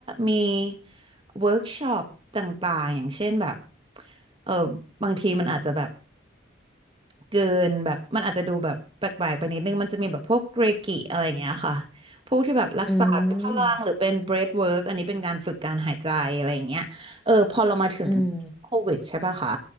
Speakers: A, on the right; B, in the centre.
A: มี เวิร์กช็อปต่างๆอย่างเช่นแบบเออบางทีมันอาจจะแบบเกินแบบมันอาจจะดูแบบแปลกๆไปนิดนึงมันจะมีแบบพวกเรกิอะไรอย่างเงี้ยค่ะพวกที่แบบรักษาพ้ะพลังหรือเป็นเบรธเวิร์กอันนี้เป็นการฝึกการหายใจอะไรอย่างเงี้ยเออพอเรามาถึง
B: มอืม
A: โควิดใช่ป่ะคะ